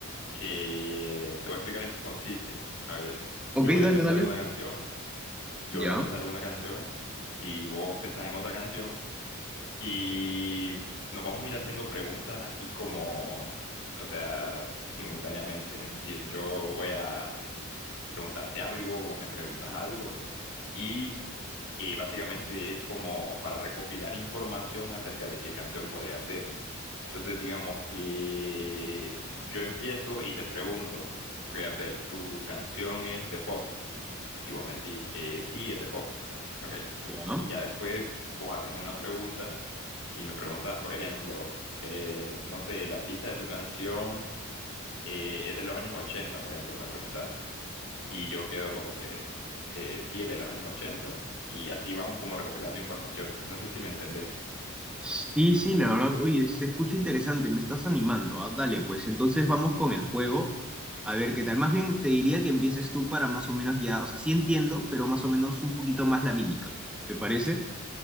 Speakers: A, on the left; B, in the centre.
A: que te voy a explicar en qué consiste. A ver,
B: ok,
A: yo voy
B: dale,
A: a pensar
B: dale.
A: en una canción, yo
B: Ya,
A: voy a pensar en una canción, y vos pensás en otra canción. Y nos vamos a ir haciendo preguntas así como, o sea, simultáneamente. Es decir, yo voy a preguntarte algo, vos me preguntas algo y eh, básicamente es como para recopilar información acerca de qué canción podría ser. Entonces digamos que yo empiezo y te pregunto, ok Abdel, tu canción es de pop y vos me decís, eh, sí, es de pop. Ok,
B: ya.
A: y ya después vos haces una pregunta y me preguntas, por ejemplo, eh, no sé, el artista de tu canción eh, es de los años 80, por ejemplo, me preguntas. Y yo quedo como que, eh, sí, es de los años ochenta Y así vamos como recopilando información. No sé si me entendés.
B: Sí, sí, la verdad, oye, se escucha interesante, me estás animando, ah, Dale, pues, entonces vamos con el juego. A ver, ¿qué tal? Más bien te diría que empieces tú para más o menos ya, o sea, sí entiendo, pero más o menos un poquito más la mímica. ¿Te parece?